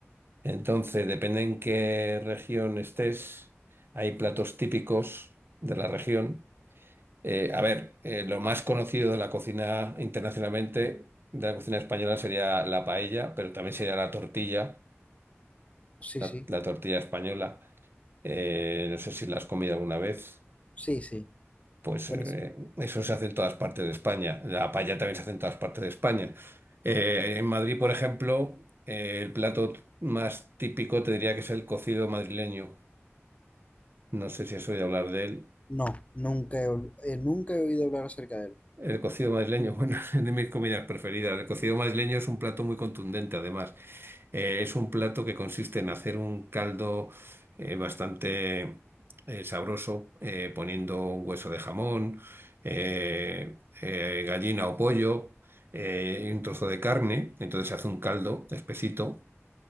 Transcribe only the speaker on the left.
Sí,
sí,
sí, sí,
buenísimo.
No, nunca he, ol- eh, nunca he oído hablar acerca de él.